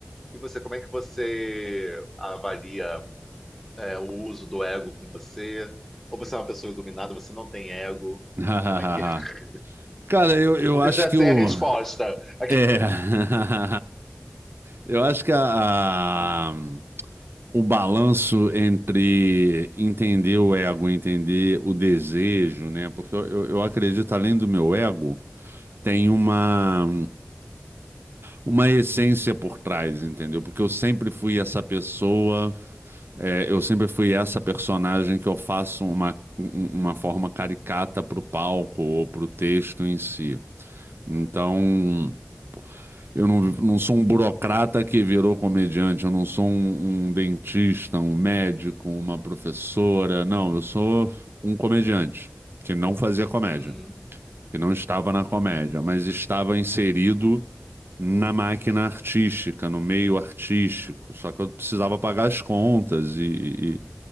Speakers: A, in the centre; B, on the right (about 60°).
A: E você, como é que você avalia? é, o uso do ego com você? Ou você é uma pessoa iluminada, você não tem ego?
B: <laughs>
A: Como é que é? <laughs>
B: Cara, eu, eu
A: Porque
B: acho
A: eu já
B: que
A: sei
B: o.
A: a resposta. Aqui.
B: É. <laughs> Eu acho que a, a- o balanço entre entender o ego, entender o desejo, né? Porque eu, eu, eu acredito, além do meu ego, tem uma, uma essência por trás, entendeu? Porque eu sempre fui essa pessoa, é, eu sempre fui essa personagem que eu faço uma, um- um, uma forma caricata pro palco ou pro texto em si. Então. Eu não, não sou um burocrata que virou comediante, eu não sou um, um dentista, um médico, uma professora. Não, eu sou um comediante que não fazia
A: Uhum,
B: comédia, que não estava na comédia, mas estava inserido na máquina artística, no meio artístico. Só que eu precisava pagar as contas e, e- e